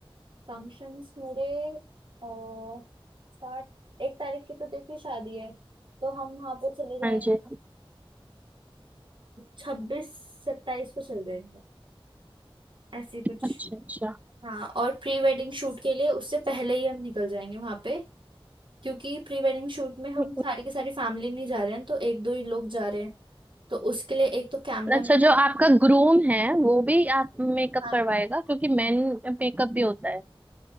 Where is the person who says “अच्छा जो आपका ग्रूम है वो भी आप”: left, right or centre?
Right